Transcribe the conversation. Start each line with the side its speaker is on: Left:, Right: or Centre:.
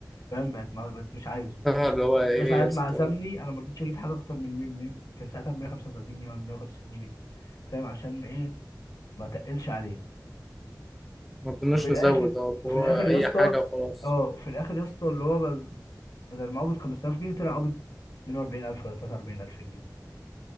Left: فاهم بقت ما بقت مش عايزه
Centre: اه اللي هو
Left: حتى
Centre: ايه
Left: ساعة
Centre: يا اسطى
Left: ما عزمني انا ما رضيتش اجيب حاجه اكتر من من- من- كان ساعتها ب 135 جنيه ولا 150 جنيه فاهم عشان ايه ما تقلش عليه
Centre: ما بدناش
Left: وفي الاخر
Centre: نزود اه اللي
Left: وفي
Centre: هو
Left: الاخر يا
Centre: اي
Left: اسطى
Centre: حاجه وخلاص
Left: اه وفي الاخر يا اسطى اللي هو ب- بدل ما قابض 5000 جنيه طلع قابض 42000 ولا 43000 جنيه